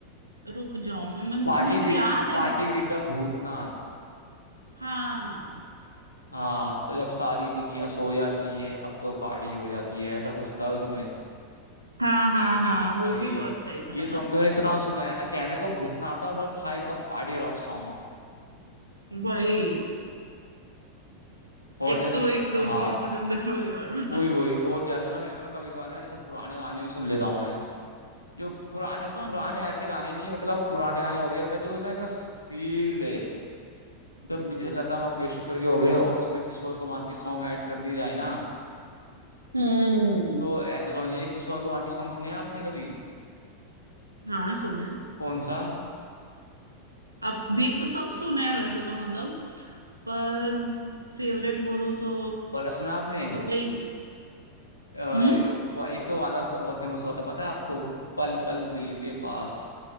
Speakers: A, on the right (about 85°); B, on the left (about 85°).
A: रुक जाओ मैं
B: पार्टी
A: तुम्हें
B: विद
A: याद है
B: Party
A: मेरे को
B: with the Bhootnath
A: हाँ
B: हाँ सो जब सारी दुनिया सो जाती है अब तो पार्टी हो जाती है ऐसा कुछ था उसमें
A: हाँ हाँ हाँ
B: भाई
A: वो भी बहुत सही था
B: ये
A: ना
B: सॉन्ग तुमने इतना सुना है ना कहने को भूतनाथ था पर था एकदम पार्टी रॉक सॉन्ग
A: वही
B: और
A: एक
B: जैसे
A: तो एक तो
B: हाँ
A: झील पतंदर वही वाला ना
B: वही वही और जैसे ना मेरे को ना कभी कभार ना जैसे पुराने गाने भी सुन लेता हूँ मैं जो पुराने पुराने
A: कौन से
B: ऐसे गाने नहीं मतलब पुराने गाने हो गए होता जो ना एक फील दे तो मुझे लता मंगेशकर के हो गए और उसमें किशोर कुमार के सॉन्ग ऐड कर दिए जाए ना
A: हम्म
B: तो ऐसे सॉन्ग ये किशोर कुमार के सॉन्ग सुने हैं आपने कभी
A: हाँ सुने
B: कौन सा
A: अब भी सब सुने हैं वैसे तो मतलब पर फेवरेट बोलूँ तो
B: वाला सुना आपने
A: वही
B: अ,
A: हम्म
B: वा- एक तो वाला उसका बहुत फेमस हुआ था पता है आपको पल पल दिल के पास